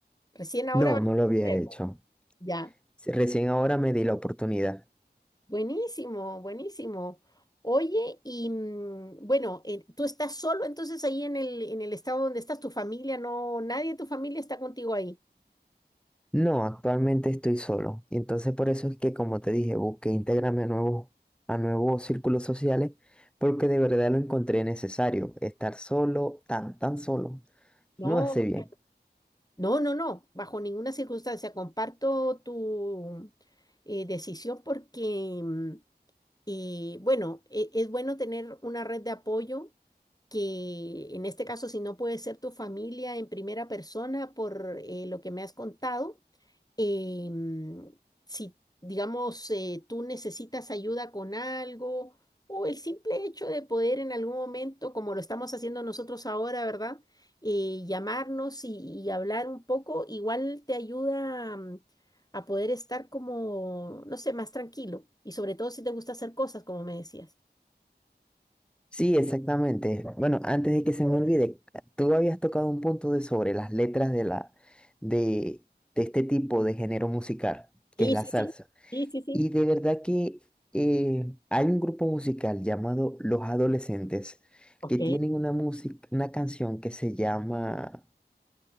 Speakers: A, on the left; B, in the centre.
A: recién ahora
B: no,
A: vas
B: no
A: a
B: lo había
A: aprender.
B: hecho.
A: Ya,
B: Sí, Recién ahora me di la oportunidad.
A: buenísimo, buenísimo. Oye, y mm, bueno, eh, tú estás solo entonces ahí en el, en el estado donde estás, tu familia no, nadie de tu familia está contigo ahí.
B: No, actualmente estoy solo. Y entonces por eso es que, como te dije, busqué integrarme a nuevos, a nuevos círculos sociales porque de verdad lo encontré necesario. Estar solo, tan, tan solo,
A: No,
B: no hace bien.
A: no, no, no, bajo ninguna circunstancia. Comparto tu eh, decisión porque mm, y bueno, e- es bueno tener una red de apoyo que en este caso, si no puede ser tu familia en primera persona por eh, lo que me has contado, em, si digamos eh, tú necesitas ayuda con algo o el simple hecho de poder en algún momento, como lo estamos haciendo nosotros ahora, ¿verdad? Eh, llamarnos y, y hablar un poco, igual te ayuda, mm, a poder estar como, no sé, más tranquilo. Y sobre todo si te gusta hacer cosas, como me decías.
B: Sí, exactamente. Bueno, antes de que se me olvide, tú habías tocado un punto de sobre las letras de la de, de este tipo de género musical,
A: Sí,
B: que es la
A: sí,
B: salsa.
A: sí, sí, sí, sí.
B: Y de verdad que eh, hay un grupo musical llamado Los Adolescentes
A: Ok,
B: que tienen una música, una canción que se llama